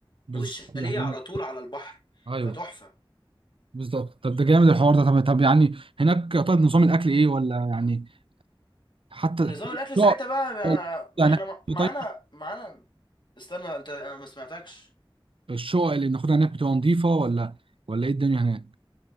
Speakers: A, on the right; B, on the left.
A: بالظبط
B: والشاليه
A: ده حقيقة.
B: على طول على البحر
A: ايوه
B: فتحفة
A: بالظبط طب ده جامد الحوار ده طب طب يعني هناك طيب نظام الاكل ايه ولا يعني حتى
B: نظام الاكل
A: الشقق
B: ساعتها بقى ما
A: يعني
B: ما احنا مع- معانا
A: طيب
B: معانا استنى انت انا ما سمعتكش
A: الشقق اللي بناخدها هناك بتبقى نظيفه ولا ولا ايه الدنيا هناك